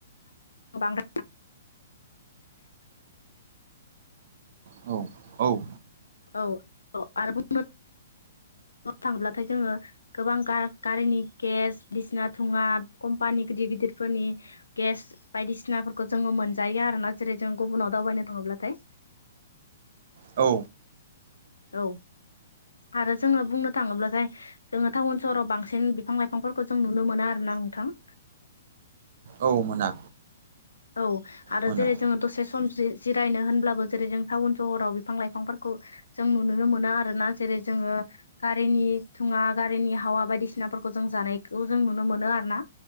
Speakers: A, on the left; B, on the right.
A: बांगा
B: औ
A: औ औ आरो बुंनो थांब्लाथाय जोङो गोबां गा गारिनि केस बिसिना थुङा कम्पानि गिदिर गिदिरफोरनि गेस बायदिसिनाफोरखौ जोङो मोनजायो आरोना जेरै जों गुबुनाव दावबायनो थाड़ोब्लाथाय
B: औ।
A: औ। आरो जोङो बुंनो थाङोब्लाथाय जोङो टाउन सहराव बांसिन बिफां लाइफांफोरखौ जों नुनो मोनो आरोना नोंथां।
B: औ मोना।
A: औ। आरो
B: मोना
A: जेरै जोङो दसे सम जि जिरायनो होनब्लाबो जेरै जों टाउन सहराव बिफां लाइफांफोरखौ जों नुुनुनो मोनो आरोना जेरै जोङो गारिनि थुङा गारिनि हावा बायदिसिनाफोरखौ जों जानायखौ जों नुनो मोनो आरो ना